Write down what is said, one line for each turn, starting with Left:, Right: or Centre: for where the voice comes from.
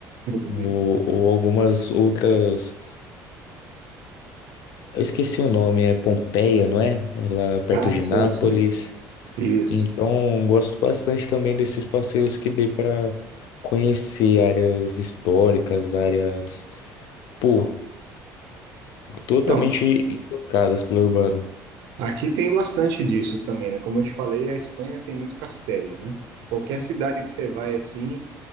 Right: Uhum.
Left: Ou, ou algumas outras, eu esqueci o nome, é Pompeia, não é? É Lá perto
Right: Ah,
Left: de
Right: sim,
Left: Nápoles.
Right: sim. Isso.
Left: Então, gosto bastante também desses passeios que dê para conhecer áreas históricas, áreas Pô, totalmente
Right: Não,
Left: intocadas pelo Urbano.
Right: aqui tem bastante disso também, né? Como eu te falei, a Espanha tem muito castelo, né? Qualquer cidade que você vai assim,